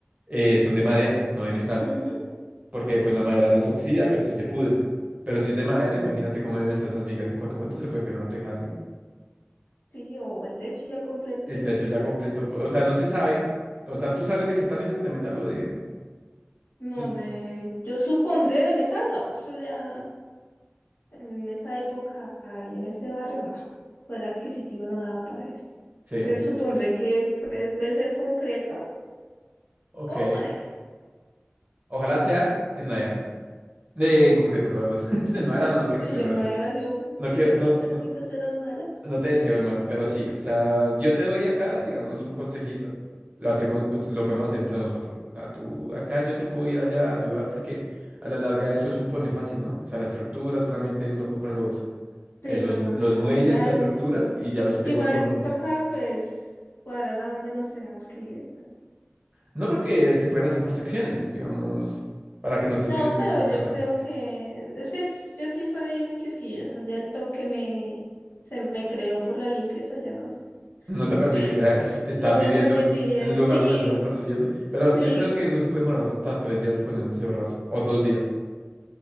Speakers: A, on the right (about 35°); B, on the left (about 60°).
A: eh, son de madera, no de metal,
B: ujú,
A: porque pues la madera no se oxida, pero sí se pudre. Pero si es de madera, imagínate cómo deben estar esas vigas en cualquier momento, se le puede caer una teja a alguien.
B: sí, o el techo ya completo
A: El
B: y.
A: techo ya completo, po- o sea, no se sabe, o sea, tú sabes de qué están hechas, de metal o de...
B: No,
A: su-
B: de. Yo supondré de metal, no, eso ya. En esa época y en este barrio no, poder adquisitivo no daba para eso.
A: Sí,
B: Entonces supondré que fue- puede ser concreto
A: ok.
B: o madera.
A: Ojalá sea en madera. De, en concreto, perdón. <laughs> En madera no, no quiero
B: Y
A: que te
B: yo
A: mueras.
B: en madera, yo,
A: No
B: no
A: quiero,
B: que
A: no,
B: las termitas
A: no.
B: eran malas.
A: No te deseo el mal, pero sí, o sea, yo te doy acá, digamos, un consejito. Lo hacemos, lo podemos hacer entre nosotros. O sea, tú acá, yo te puedo ir allá a ayudar porque a la larga eso es un pone fácil, ¿no? O sea, la estructura, solamente uno compra los,
B: Sí,
A: eh, los,
B: los,
A: los
B: los
A: muelles
B: materiales.
A: y las estructuras y ya los pega
B: Igual
A: con un...
B: toca pues cuadrar a dónde nos tenemos que ir. bueno.
A: No porque se pueden hacer por secciones, digamos, para que no se
B: No,
A: tengan que
B: pero
A: ir de la
B: yo
A: casa.
B: creo que es que s- yo sí soy muy quisquillosa. Ya el toque me se me creó por la limpieza, ya no,
A: No te permite
B: <laughs>
A: eh, <laughs> estar
B: no
A: viviendo
B: me permitiría.
A: en el lugar
B: Sí,
A: donde están construyendo, pero
B: sí.
A: yo creo que uno se puede morar hasta tres días poniendo ese raso, o dos días.